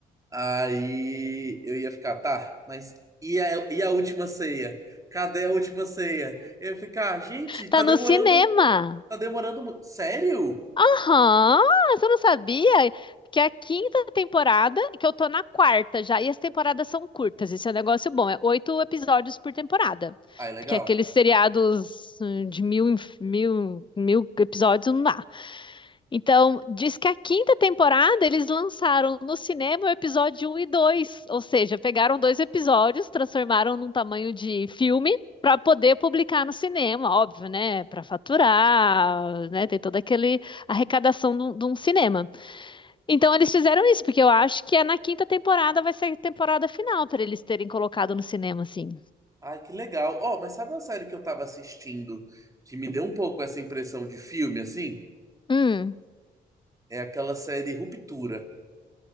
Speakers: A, on the right (about 20°); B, on the left (about 25°).
A: Aí eu ia ficar, tá, mas e a, e a última ceia? Cadê a última ceia? Eu ia ficar, gente,
B: Tá
A: tá demorando,
B: no cinema!
A: tá demorando muito. Sério?
B: Aham, você não sabia? Que é a quinta temporada, e que eu tô na quarta já, e as temporadas são curtas, esse é um negócio bom, é oito episódios por temporada.
A: Ai, legal.
B: Porque aqueles seriados hum, de mil, em- mil, mil episódios não dá. Então, diz que a quinta temporada eles lançaram no cinema o episódio um e 2, ou seja, pegaram dois episódios, transformaram num tamanho de filme para poder publicar no cinema, óbvio, né? Para faturar, né? Tem toda aquele arrecadação de um de um cinema. Então, eles fizeram isso, porque eu acho que é na quinta temporada vai ser a temporada final para eles terem colocado no cinema, assim.
A: Ai, que legal. Ó, mas sabe uma série que eu tava assistindo que me deu um pouco essa impressão de filme, assim?
B: Hum,
A: É aquela série Ruptura.